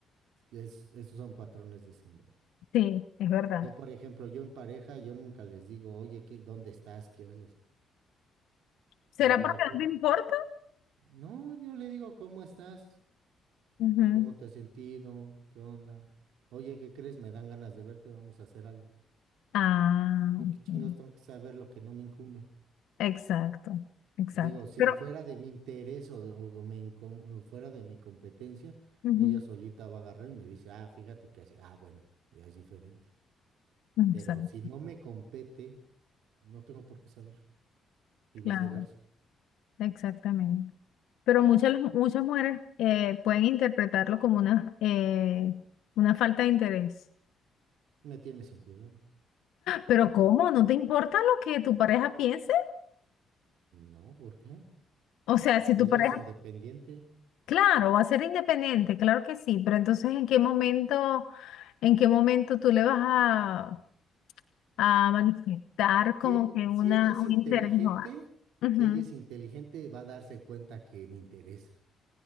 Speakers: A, on the right (about 85°); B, on the left (about 80°).
A: Es que es- esos son patrones de esa índole.
B: Sí, es verdad.
A: Yo, por ejemplo, yo en pareja, yo nunca les digo, oye, ¿qué, dónde estás? ¿Qué haces?
B: ¿Será
A: Le digo,
B: porque
A: ¿cómo?
B: no te importa?
A: No, yo le digo, ¿cómo estás?
B: Ujú.
A: ¿Cómo te has sentido? ¿Qué onda? Oye, ¿qué crees? Me dan ganas de verte, vamos a hacer algo.
B: Ah,
A: Yo
B: ok.
A: qué chingados tengo que saber lo que no me incumbe.
B: Exacto, exacto.
A: Digo, si
B: Pero,
A: fuera de mi interés o, de- o me incum- fuera de mi competencia,
B: ujú,
A: ella solita va a agarrar y me dice, ah, fíjate que así, ah, bueno, ya es diferente. Pero
B: exacto,
A: si no me compete, no tengo por qué saber. Y
B: claro,
A: viceversa.
B: exactamente. Pero muchas, muchas mujeres eh, pueden interpretarlo como una, eh, una falta de interés.
A: Me tienes sin cuidado.
B: Pero ¿cómo? ¿No te importa lo que tu pareja piense?
A: No, ¿por qué?
B: O sea, si
A: Ella
B: tu pareja,
A: es independiente.
B: claro, va a ser independiente, claro que sí, pero entonces ¿en qué momento, en qué momento tú le vas a, a manifestar como
A: Si, e-
B: que una,
A: si ella es
B: un
A: inteligente,
B: interés o algo? Ujú.
A: si ella es inteligente, va a darse cuenta que me interesa.